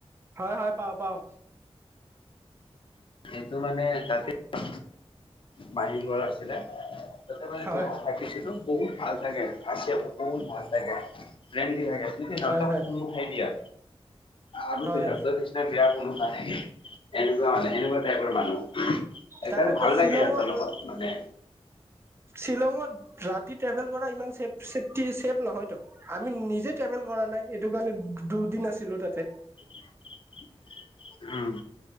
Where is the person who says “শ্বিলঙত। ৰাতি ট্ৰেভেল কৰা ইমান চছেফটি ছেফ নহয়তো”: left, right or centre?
Right